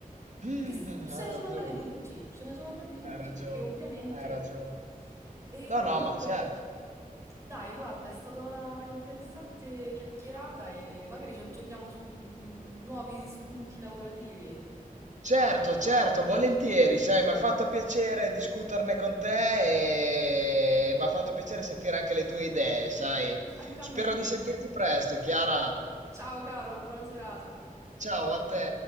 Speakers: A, on the right; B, on the right.
A: Mm,
B: Perché s- se
A: hai
B: ne sono
A: ragione,
B: andati tutti, se ne sono andati tutti,
A: hai ragione,
B: perché ovviamente...
A: hai ragione.
B: E
A: No,
B: comunque,
A: no, ma certo.
B: dai, guarda, è stata una interessante chiacchierata e magari ci aggiorniamo su mh, nuovi spunti lavorativi.
A: Certo, certo, volentieri, sai, mi ha fatto piacere discuterne con te e mi ha fatto piacere sentire anche le tue idee, sai.
B: Anche
A: Spero
B: a me.
A: di sentirti presto, Chiara.
B: Ciao caro, buona serata.
A: Ciao a te.